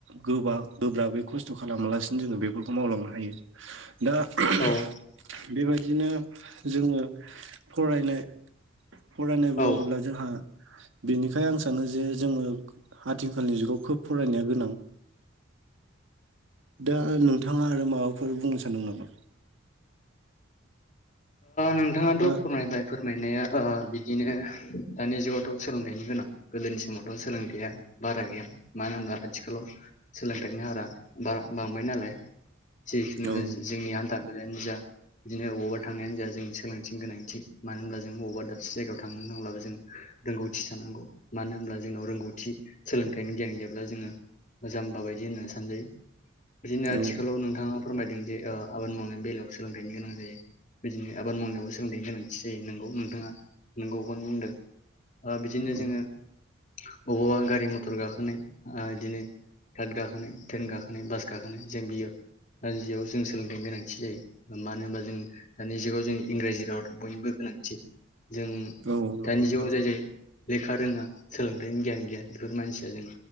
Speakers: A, on the right; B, on the left.
A: गोबा गोब्राबै खस्थ' खालामालासिनो जोङो बेफोरखौ मावलांनो हायो। दा <unintelligible>
B: औ
A: बेबायदिनो जोङो फरायनाय फरायनाय बुङोब्ला
B: औ
A: जोंहा बेनिखाय आं सानो जे जोङो आथिखालनि जुगाव खोब फरायनाया गोनां। दा नोंथाङा आरो माबाफोर बुंनो सानदों नामा?
B: नोंथाङाथ'
A: बा
B: फोरमायबाय फोरमायनाया बिदिनो दानि जुगावथ' सोलोंथाइनि गोनां गोदोनि समावथ' सोलोंथाइया बारा गैयामोन मानो होनबा आथिखालाव सोलोंथाइनि हारा बांबाय नालाय जिखुनु
A: औ
B: जोंनि हान्था मलाायानो जा बिदिनो अवारड थांनायानो जा जोंनि सोलोंथिनि गोनांथि मानो होनब्ला जोंबा दाब जायायाव थांनो नांब्लाबो जों रोंगौथि थानांगौ मानो होनब्ला ज जोंनाव रोंगौथि सोलोंथाइनि गियान जेब्ला जोङो जाम्बा बायदि होननो सानजायो बिदिनो आथिखालाव
A: औ
B: नोंथाङा फोरमायदों जे आबाद मावनायनि बेलायाव सोलोंथाइनि गोनां जायो बिदिनो आबाद मावनायावबो सोलोंथाइनि गोनांथि जायो नोंगौ नोंथाङा नोंगौखौनो बुंदों बिदिनो
A: औ
B: जोङो बबावबा गारि मथर गाखोनाय बिदिनो गाखोनाय ट्रेन गाखोनाय बास गाखोनाय जों बियो जियाव जों सोलोंथाइनि गोनांथि जायो मानो होनबा जों दानि जुगाव जोंनि इंराजि राव' बयनिबो गोनांथि जों
A: औ नंगौ
B: दानि
A: नोंथां
B: जुगाव जाय जाय लेखा रोङा सोलोंथाइनि गियान गैया बेफोर मानसिया जों